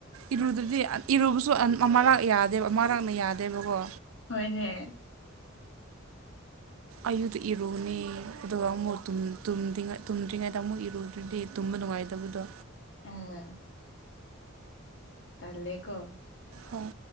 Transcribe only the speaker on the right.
ꯏꯔꯨꯗꯔꯗꯤ ꯏꯔꯨꯕꯁꯨ ꯑꯃꯔꯛꯅ ꯌꯥꯗꯦꯕ ꯑꯃꯔꯛꯅ ꯌꯥꯗꯦꯕꯀꯣ
ꯑꯌꯨꯗ ꯏꯔꯨꯒꯅꯤ ꯑꯗꯨꯒ ꯑꯃꯨꯛ ꯇꯨꯝ ꯇꯨꯝꯗꯔꯤ ꯇꯨꯝꯗ꯭ꯔꯤꯉꯩꯗ ꯑꯃꯨꯛ ꯏꯔꯨꯗ꯭ꯔꯗꯤ ꯇꯨꯝꯕ ꯅꯨꯡꯉꯥꯏꯇꯕꯗꯣ
ꯑꯥ